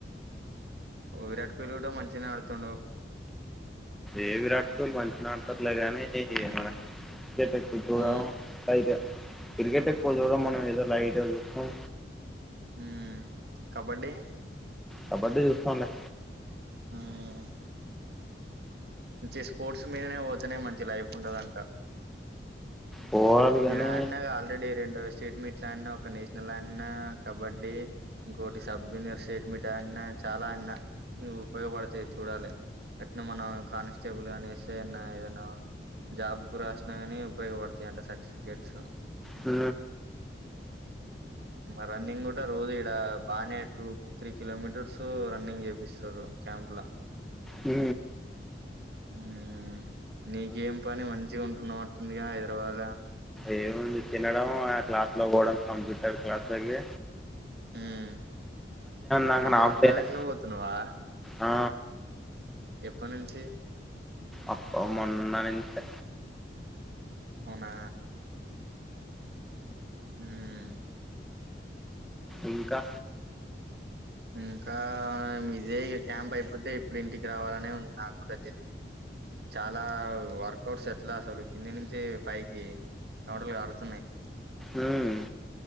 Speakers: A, on the right; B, in the centre.
A: విరాట్ కోహ్లీ కూడా మంచిగానే ఆడుతుడు
B: ఏ విరాట్ కోహ్లీ మంచిగానే ఆడతాడు సర్లే కానీ
A: మ్మ్
B: మన రేపు ఎప్పుడు పోదాం
A: మ్మ్
B: <unintelligible> క్రికెట్ ఎక్కువ చూడడం మనం ఏదో లైట్ గా చూస్తాం
A: హ కబడ్డీ
B: కబడ్డీ చూస్తాం లె
A: మ్మ్ మంచి స్పోర్ట్స్ మీదనే పోతానే మంచి లైఫ్ ఉండదంట
B: పోవాలి
A: నేను
B: గానీ
A: ఆడిన ఆల్రెడీ రెండో స్టేట్ మీట్ ఆడిన ఒక నేషనల్ ఆడిన కబడ్డీ ఇంకోొటి సబ్ జూనియర్ స్టేట్ మీట్ ఆడిన చాలా ఆడిన ఉపయోగపడతాయి చూడాలి అట్నే మనం కానిస్టేబుల్ కానీ ఎస్ఐ అయినా ఏదేనా జాబ్ కు రాసిన కాని ఉపయోగపడతాయంట సర్టిఫికెట్స్
B: హ
A: రన్నింగ్ కూడా రోజు ఇక్కడ బాగానే టూ త్రీ కిలోమీటర్స్ రన్నింగ్ చేపిస్తార్ రు క్యాంపుల
B: హ
A: మ్మ్ నీకేం పని మంచిగా ఉంటున్నావ్ అంటుంది గా హైదరాబాద్ లా
B: ఏముంది తినడం ఆ క్లాస్లో పోవడం కంప్యూటర్ క్లాస్లోకి
A: మ్మ్
B: దాంకనే
A: కంప్యూటర్
B: హాఫ్
A: క్లాస్
B: డేనే
A: లకి పోతున్నావా
B: ఆ
A: ఎప్పటి నుంచి
B: అప్ప మొన్నటి నుంచే
A: అవునా ఉమ్
B: ఇంకా
A: ఇంకా ఇదే ఇగ క్యాంప్ అయిపోతే ఇప్పుడు ఇంటికి రావాలనే ఉంది నా కూడా జల్ది చాలా వర్కౌట్స్ ఎట్లా అసలు కింది నుంచి పైకి చెమటలు కారుతున్నాయి
B: ఉమ్